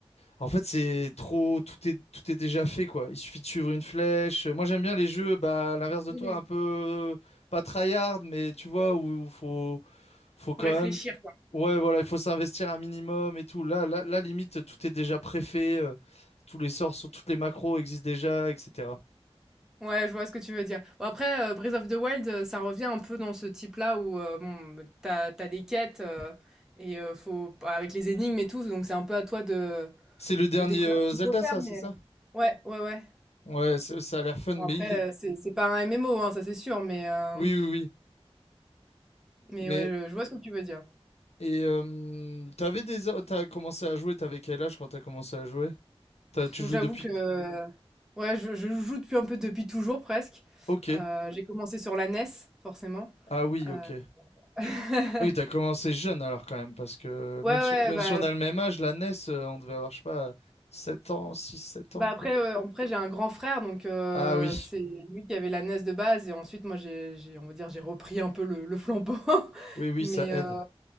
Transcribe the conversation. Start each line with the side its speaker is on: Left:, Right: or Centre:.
Left: en fait, c'est trop, tout est, tout est déjà fait, quoi. Il suffit de suivre une flèche. Moi, j'aime bien les jeux, bah, à l'inverse de
Centre: Mmh
Left: toi, un peu, pas tryhard, mais tu vois, où, il faut, faut quand
Centre: Faut réfléchir,
Left: même,
Centre: quoi.
Left: ouais, voilà, il faut s'investir un minimum et tout. Là, là, là, limite, tout est déjà préfait, euh, tous les sorts, sont- toutes les macros existent déjà, etc.
Centre: Ouais, je vois ce que tu veux dire. Bon après, heu, Breath of the Wild, heu, ça revient un peu dans ce type-là où, heu, bon, bah, t'as t'as des quêtes, heu et heu, faut bah, avec les énigmes et tout, donc c'est un peu à toi de
Left: C'est le dernier,
Centre: de Ouais, découvrir
Left: euh,
Centre: ce qu'il
Left: Zelda,
Centre: faut faire,
Left: ça, c'est
Centre: mais
Left: ça?
Centre: euh, Ouais, ouais, ouais.
Left: Ouais, c'est- ça a l'air fun, mais
Centre: Bon après,
Left: il est,
Centre: heu, c'est c'est pas un MMO, hein, ça c'est sûr, mais heu,
Left: oui, oui, oui.
Centre: mais
Left: Mais
Centre: ouais, je je vois ce que tu veux dire.
Left: et euh, t'avais des a- t'as commencé à jouer, t'avais quel âge quand t'as commencé à jouer? T'as- tu
Centre: Bon,
Left: joues
Centre: j'avoue
Left: depuis
Centre: que ouais, je je joue depuis un peu depuis toujours presque.
Left: Ok.
Centre: Heu, j'ai commencé sur la NES forcément,
Left: Ah oui,
Centre: heu
Left: ok.
Centre: <laughs>
Left: Oui, t'as commencé jeune alors quand même, parce que
Centre: ouais,
Left: même si,
Centre: ouais,
Left: même
Centre: bah
Left: si on a le même âge, la NES, euh, on devait avoir, je sais pas, 7 ans, 6 7
Centre: bah,
Left: ans,
Centre: après,
Left: quoi.
Centre: heu, après j'ai un grand frère donc heu,
Left: Ah oui,
Centre: c'est lui qui avait la NES de base et ensuite moi j'ai j'ai on va dire j'ai repris un peu le le flambeau <laughs>
Left: oui, oui,
Centre: mais
Left: ça aide.
Centre: heu,